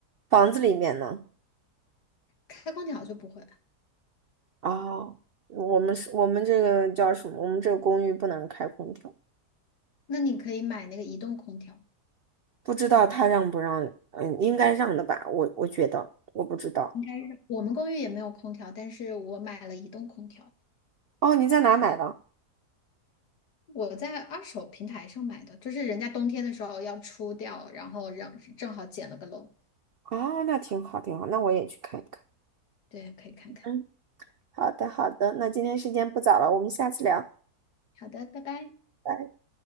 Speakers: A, on the right; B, on the left.
A: 房子里面呢？
B: 开空调就不会，
A: 哦，我们是我们这个叫什么？我们这个公寓不能开空调，
B: 那你可以买那个移动空调。
A: 不知道他让不让？嗯，应该让的吧？我我觉得，我不知道。
B: 应该是我们公寓也没有空调，但是我买了移动空调。
A: 哦，你在哪买的？
B: 我在二手平台上买的，就是人家冬天的时候要出掉，然后让正好捡了个漏。
A: 哦，那挺好，挺好，那我也去看一看。
B: 对，可以看看。
A: 嗯，好的，好的，那今天时间不早了，我们下次聊。
B: 好的，拜拜。
A: 拜。